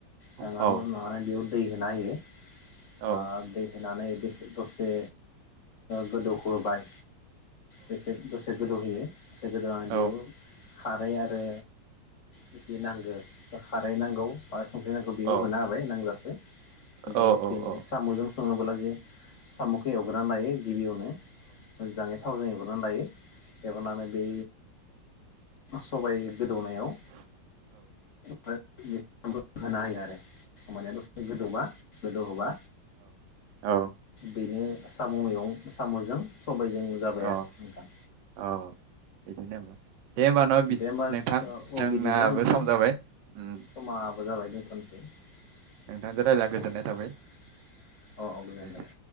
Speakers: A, on the left; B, on the right.
A: <unintelligible> दै
B: औ
A: होना होयो।
B: औ
A: आ दै। होनानै दसे दसे गोदौहोबाय। दसे दसे गोदौहोयो।
B: औ
A: <unintelligible> खारै आरो जिजि नांगो खारै नांगौ। संख्रै नांगौ बेयाव
B: औ
A: होना होबाय नांजासे।
B: औ
A: बे बेनि
B: औ औ
A: साम'जों सङोब्ला जे साम'खौ एवग्रोना लायो गिबियावनो मोजाङै थावजों एवग्रोनानै लायो। एवनानै बे सबाइ गोदौनायाव बे <unintelligible> होना होयो आरो होमबानिया दसे गोदौबा गोदौहोबा
B: औ औ
A: बेनो साम' मैगं साम'जों सबायजों जाबाय
B: अ
A: आरो नोंथां
B: औ बिदिनो होमबा दे होमबा न'
A: दे होमबा अ
B: नोंथां जोंनाबो
A: बिदिब्ला नोंथां
B: सम जाबाय ओम।
A: समाबो जाबाय दोनथ'नोसै औ
B: नोंथांजों रायज्लायना गोजोननाय
A: दे औ
B: थाबाय
A: औ गोजोननाय
B: दे
A: थाबाय।